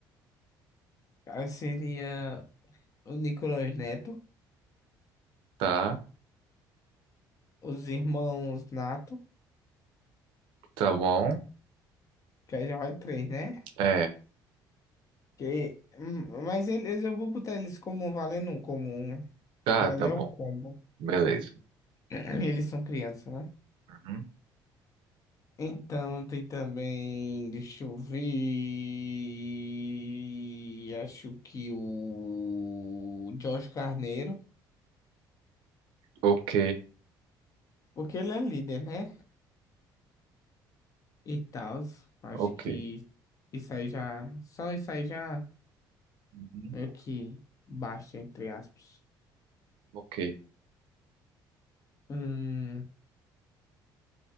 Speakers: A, on the left; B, on the right.
A: Aí seria. o Nicolas Neto,
B: tá?
A: os irmãos Nato,
B: Tá bom?
A: que aí já vai três, né?
B: É,
A: Que, hum, mas eles eu vou botar eles como um valendo um comum, né?
B: tá,
A: que ali
B: tá bom.
A: é um combo.
B: Beleza.
A: <clears throat> Eles são crianças, né?
B: Uhum.
A: Então tem também, deixa eu ver, acho que o Jorge Carneiro,
B: Ok,
A: porque ele é líder, né? E tal, acho
B: ok.
A: que isso aí já, só isso aí já
B: Uhum,
A: meio que basta, entre aspas.
B: Ok.
A: Hum,